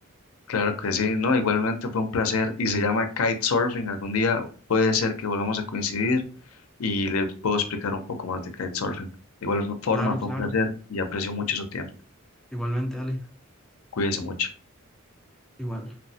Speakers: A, on the left; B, in the centre.
A: Claro que sí, no, igualmente fue un placer y se llama kitesurfing. Algún día puede ser que volvamos a coincidir y le puedo explicar un poco más de kitesurfing. De igual forma,
B: Claro,
A: fue
B: claro.
A: un placer y aprecio mucho su tiempo.
B: Igualmente, Ale.
A: Cuídese mucho.
B: Igual.